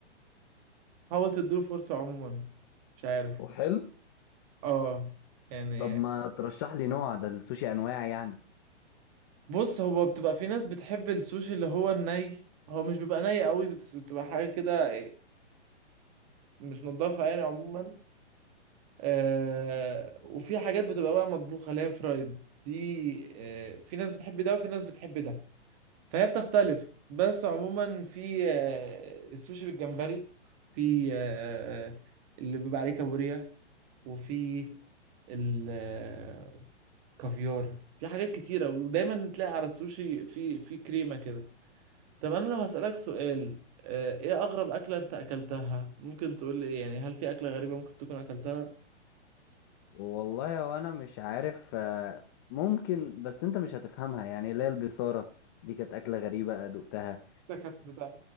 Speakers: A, on the right; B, on the left.
A: حاول تديله فرصة عموما مش عارف
B: وحلو
A: اه يعني
B: طب ما ترشح لي نوع ده السوشي انواع يعني
A: بص هو بتبقى في ناس بتحب السوشي اللي هو الني هو مش بيبقى ني قوي بس بتبقى حاجة كده متنضفة يعني عموما آه وفي حاجات بتبقى بقى مطبوخة اللي هي فرايد دي آه في ناس بتحب ده وفي ناس بتحب ده فهي بتختلف بس عموما في آه السوشي بالجمبري في آه اللي بيبقى عليه كابوريا وفي الكافيار في حاجات كتيرة ودايما تلاقي على السوشي في في كريمة كده طب انا لو هسألك سؤال آه، ايه اغرب اكلة انت اكلتها ممكن تقول لي يعني هل في اكلة غريبة ممكن تكون اكلتها
B: والله هو انا مش عارف آه، ممكن بس انت مش هتفهمها يعني اللي هي البيصاره دي كانت اكله غريبه دقتها
A: ده كانت بتاع